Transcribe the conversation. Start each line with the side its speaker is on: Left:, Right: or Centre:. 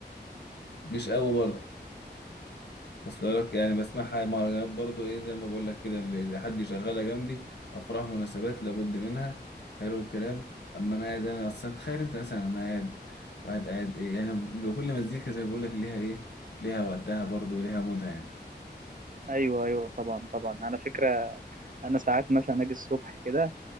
Left: مش قوي برضه اصل لك يعني بسمعها مهرجانات برضو ايه زي ما بقول لك كده اللي اللي حد يشغلها جنبي افراح مناسبات لابد منها حلو الكلام اما انا قاعد انا اصلا تخيل انت مثلا انا قاعد واحد قاعد ايه يعني لو كل مزيكا زي ما بقول لك ليها ايه ليها وقتها برضو وليها مودها يعني
Right: ايوه ايوه طبعا طبعا انا فكره انا ساعات مثلا اجي الصبح كده